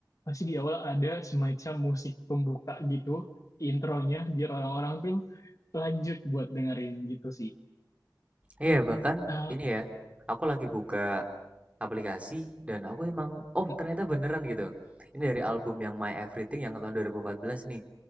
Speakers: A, on the left; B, on the right.
A: pasti di awal ada semacam musik pembuka gitu intronya biar orang-orang tuh lanjut buat dengerin gitu sih
B: Iya, bahkan
A: Ah,
B: ini ya, aku lagi buka aplikasi dan aku emang, oh
A: mm,
B: ternyata beneran gitu. Ini dari album yang My Everything yang tahun 2014 nih.